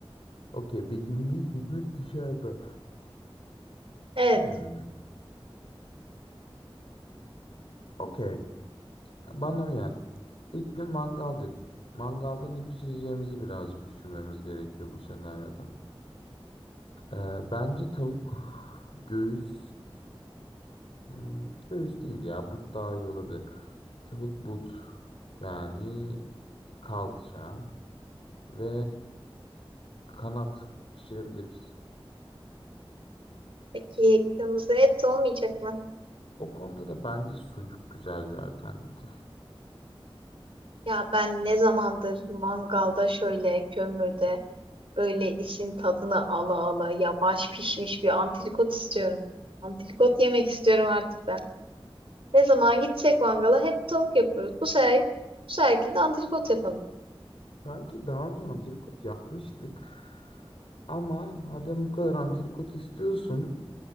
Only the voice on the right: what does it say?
Evet.
Peki kırmızı et olmayacak mı?
Ya ben ne zamandır mangalda şöyle kömürde böyle isin tadını ala ala yavaş pişmiş bir antrikot istiyorum. Antrikot yemek istiyorum artık ben. Ne zaman gitsek mangala hep tavuk yapıyoruz. Bu sefer, bu seferki de antrikot yapalım.